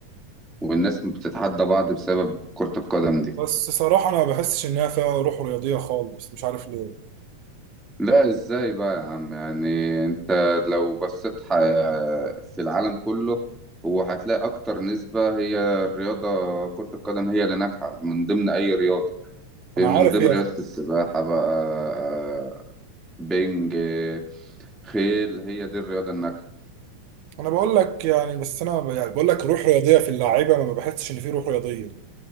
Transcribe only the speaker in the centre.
والناس بتتحدى بعض بسبب كرة القدم دي
لا ازاي بقى يا عم يعني انت لو بصيت ح... في العالم كله هو هتلاقي اكتر نسبة هي الرياضة كرة القدم هي اللي ناجحة من ضمن اي رياضة في
من ضمن
رياضة السباحة بقى بينج خيل هي دي الرياضة الناجحة